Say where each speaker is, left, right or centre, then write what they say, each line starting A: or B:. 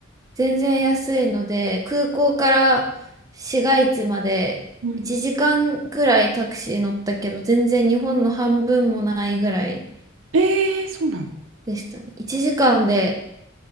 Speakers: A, on the right (about 15°); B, on the right (about 70°).
A: 全然安いので、空港から市街地まで1時間くらいタクシー乗ったけど、
B: うん。
A: 全然日本の半分もないぐらい
B: えー、そうなの。
A: でしたね。1時間で